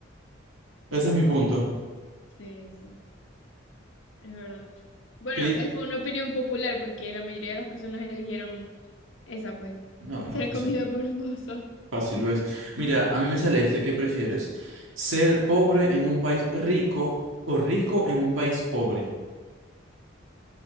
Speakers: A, on the right; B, on the left.
A: Ese
B: sí,
A: es
B: bueno,
A: mi punto.
B: es verdad. Sí, sí. Es verdad. Bueno,
A: ¿Qué di-
B: eh, fue una opinión popular porque la mayoría de las personas eligieron esa, pues.
A: No, bueno,
B: Ser
A: fácil,
B: comido por un oso.
A: fácil, ¿ves? Mira, a mí me sale este, ¿qué prefieres? ¿Ser pobre en un país rico o rico en un país pobre?